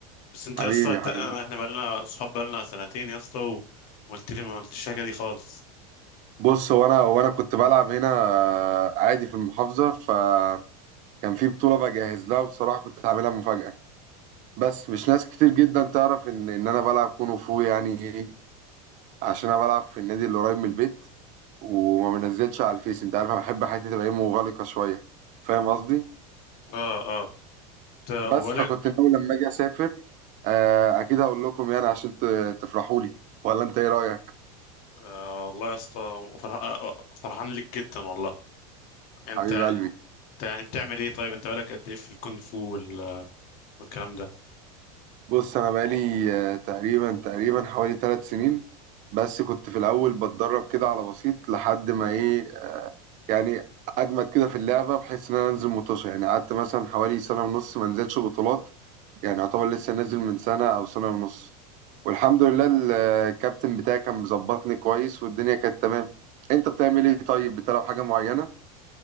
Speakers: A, on the left; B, on the right.
A: بس انت
B: حبيبي
A: يا اسطى انت
B: حبيبي
A: أنا- احنا بقالنا صحاب بقالنا سنتين يا اسطى و- وقلت لي ما قلتش الحاجه دي خالص
B: بص هو انا هو انا كنت بلعب هنا عادي في المحافظة فكان في بطولة بجهز لها وبصراحة كنت هعملها مفاجأة بس مش ناس كتير جدا تعرف ان ان انا بلعب كونغ فو يعني ايه عشان انا بلعب في النادي اللي قريب من البيت وما بنزلش على الفيس انت عارف انا بحب حياتي تبقى ايه مغلقه شويه فاهم قصدي
A: اه اه انت وبالك
B: بس فكنت ناوي لما اجي اسافر آه، اكيد هقول لكم يعني عشان ت- تفرحوا لي ولا انت ايه رايك
A: آه والله يا اسطى فرح... آه، فرحان لك جدا والله انت
B: حبيب
A: يعني
B: قلبي
A: انت يعني بتعمل ايه طيب انت بالك قد ايه في الكونغ فو وال... والكلام ده
B: بص انا بقالي آه، تقريبا تقريبا حوالي ثلاث سنين بس كنت في الاول بتدرب كده على بسيط لحد ما ايه يعني اجمد كده في اللعبه بحيث ان انا انزل مطوشه يعني قعدت مثلا حوالي سنه ونص ما انزلش بطولات يعني يعتبر لسه نازل من سنة أو سنة ونص والحمد لله ال- الكابتن بتاعي كان مظبطني كويس والدنيا كانت تمام أنت بتعمل إيه طيب بتلعب حاجة معينة؟